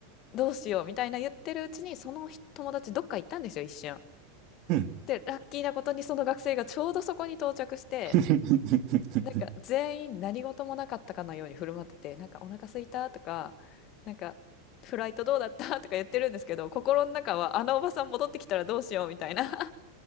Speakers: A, on the left; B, on the right.
A: どうしようみたいな言ってるうちに、その友達どっか行ったんですよ、一瞬。
B: うん。
A: で、ラッキーなことにその学生がちょうどそこに到着して、
B: <laughs>
A: なんか全員何事もなかったかのように振る舞ってて、なんかお腹空いたとか、なんかフライトどうだったとか言ってるんですけど、心の中はあのおばさん戻ってきたらどうしようみたいな